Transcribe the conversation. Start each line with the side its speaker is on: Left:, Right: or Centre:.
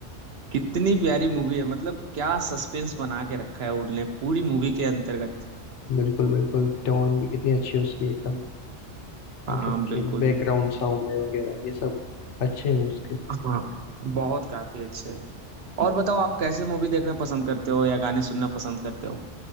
Right: कितनी प्यारी मूवी है मतलब क्या सस्पेंस बना के रखा है उनने पूरी मूवी के अंतर्गत
Left: बिल्कुल बिल्कुल टोन भी कितनी अच्छी है उसकी एकदम
Right: हाँ
Left: मतलब जो
Right: बिल्कुल
Left: बैकग्राउंड साउंड है वगैरह ये सब अच्छे हैं उसके
Right: हाँ बहुत काफी अच्छे है और बताओ आप कैसे मूवी देखना पसंद करते हो या गाने सुनना पसंद करते हो